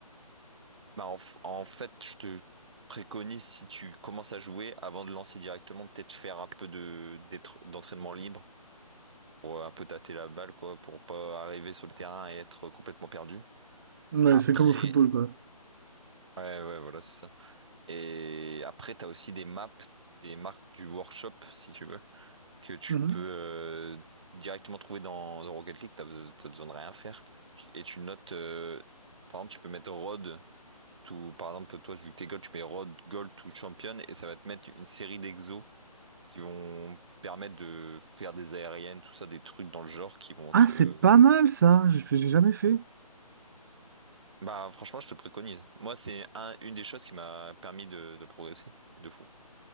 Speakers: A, on the right (about 50°); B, on the right (about 30°).
A: Bah, en, f- en fait, je te préconise, si tu commences à jouer, avant de lancer directement, peut-être faire un peu de, d'être- d'entraînement libre pour euh, un peu tâter la balle, quoi, pour pas arriver sur le terrain et être complètement perdu.
B: Ouais,
A: Après,
B: c'est comme au football, quoi.
A: ouais, ouais, voilà, c'est ça. Et après, t'as aussi des maps, des marques du workshop, si tu veux, que tu
B: Mhm.
A: peux euh, directement trouver dans, dans Rocket League. T'as, be- t'as besoin de rien faire. Et tu notes, euh, par exemple, tu peux mettre Rod tout, par exemple, toi, vu que t'es gold, tu mets road, gold ou champion et ça va te mettre une série d'exos qui vont permettre de faire des aériennes, tout ça, des trucs dans le genre qui vont te.
B: Ah, c'est pas mal ça, j'ai fait- j'ai jamais fait.
A: Bah, franchement, je te préconise. Moi, c'est un, une des choses qui m'a permis de, de progresser de fou.